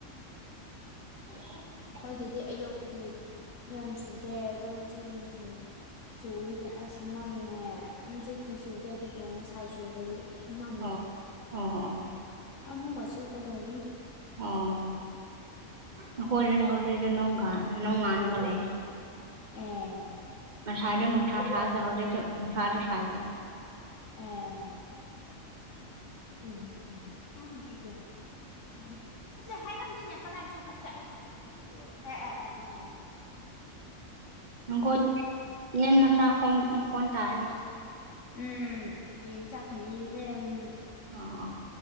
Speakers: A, on the right; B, on the left.
A: <unintelligible>
B: ꯑꯈꯣꯏꯗꯗꯤ ꯑꯌꯨꯛꯇꯤ ꯌꯥꯝ ꯆꯨꯗꯦ ꯑꯗꯣ ꯍꯧꯖꯤꯛ ꯅꯨꯡꯊꯤꯜ ꯆꯨꯏꯅꯦ ꯑꯁ ꯃꯝꯃꯦ ꯍꯧꯖꯤꯛꯇꯤ ꯆꯨꯗꯦ ꯑꯗꯨꯕꯨ ꯉꯁꯥꯏ ꯆꯨꯕꯒꯤ ꯃꯝꯃꯦ
A: ꯑꯣ ꯑꯣ ꯑꯣ
B: ꯑꯃꯨꯛꯀ ꯁꯨꯀꯗꯧꯔꯤ
A: ꯎꯝ ꯑꯩꯈꯣꯏꯗꯗꯤ ꯍꯧꯖꯤꯛꯇꯤ ꯅꯣꯡꯒꯟ ꯅꯣꯡ ꯉꯜꯂꯒꯥ ꯂꯩꯌꯦ
B: ꯑꯦ
A: ꯉꯁꯥꯏꯗꯣ ꯅꯨꯡꯁꯥ ꯁꯥꯗꯦ ꯍꯧꯖꯤꯛꯇꯨ ꯅꯨꯡꯁꯥꯗꯨ ꯁꯥꯗ꯭ꯔꯦ
B: ꯑ ꯎꯝ ꯎꯝ <unintelligible> ꯁꯨꯝꯅ ꯍꯥꯏꯔꯝꯗꯦꯅꯦ ꯀꯗꯥꯏ ꯆꯠꯈꯔꯕ ꯖꯠꯂꯦ ꯑꯦ ꯑꯦ ꯑꯦ ꯑꯦ
A: ꯅꯪꯀꯣꯏ ꯌꯦꯟ ꯃꯁꯥ ꯍꯣꯟ ꯃꯈꯣꯟ ꯇꯥꯏꯅꯦ
B: ꯎꯝ ꯌꯦꯟ ꯆꯥꯛꯅꯤꯔꯦ ꯎꯝ
A: ꯑ ꯑ